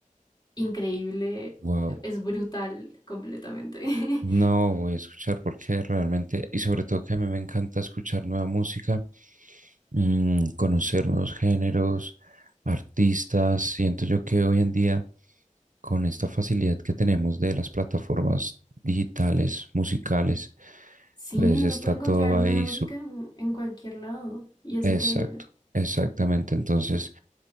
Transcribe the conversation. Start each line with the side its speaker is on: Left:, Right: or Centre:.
Left: increíble,
Right: Wow.
Left: es brutal completamente. <laughs>
Right: No voy a escuchar porque realmente, y sobre todo que a mí me encanta escuchar nueva música, mm, conocer nuevos géneros, artistas. Siento yo que hoy en día, con esta facilidad que tenemos de las plataformas digitales, musicales,
Left: Sí,
Right: pues
Left: uno
Right: está
Left: puede encontrar
Right: todo ahí
Left: nueva música en, en cualquier lado y es
Right: Exacto,
Left: increíble.
Right: exactamente. Entonces,